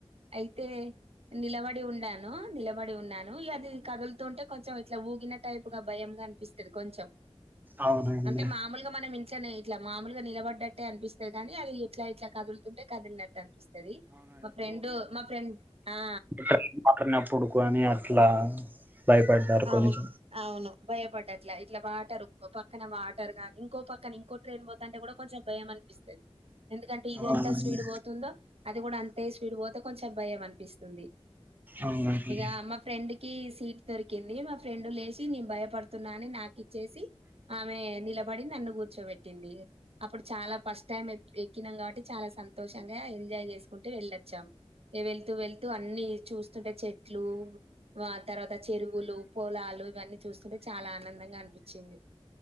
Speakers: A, on the right; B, on the right.
A: అయితే నిలబడి ఉంనాను నిలబడి ఉన్నాను లేదే కదులుతుంటే కొంచెం ఇట్లా ఊగిన టైపు గా భయంగా అనిపిస్తుది కొంచెం
B: అవునండి
A: అంటే మామూలుగా మనం ఇంచనే ఇట్లా మామలుగా నిలబడ్డట్టే అనిపిస్త కగని అది ఇట్ల ఇట్ల కదులుతుంటే కదిలినట్టు అనిపిస్తుది మా ఫ్రెండ్ మా ఫ్రెండ్ ఆ
B: ఇ మాత్రనప్పుడుకని అట్లా భయపడ్డారు కొంచెం
A: అవును అవును భయపడ్డట్లా ఇట్లా వాటర్ పక్కన వాటర్ కానీ ఇంకో పక్ కన ఇంకో ట్రైన్ పోతాంటే కూడా కొంచెం భయం అనిపిస్తది ఎందుకంటే ఇది
B: అవునండి
A: ఎంత స్పీడ్ పోతుందో అది కూడా అంతే స్పీడ్ పోతే కొంచెం భయం అనిపిస్తుంది
B: అవునండి
A: ఇగ మా ఫ్రెండ్కి సీట్ దొర్ కింది మా ఫ్రెండ్ లేసి నేను భయపడుతున్నా అని నాకిచ్చేసి ఆమె నిల పడి నన్ను కూర్చోబెట్టింది అప్పుడు చాలా ఫస్ట్ టైం ఎక్కినాం కాబట్టి చాలా సంతోషంగా ఎంజాయ్ చేసుకుంటు వెళ్ళొచ్చాం వెళ్తూ వెళ్తూ అన్ని చూస్తుంటే చెట్లు వ తర్వాత చెరువు పులు పొలాలు ఇవన్నీ చూస్తుంటే చాలా ఆనందంగా అనిపిచింది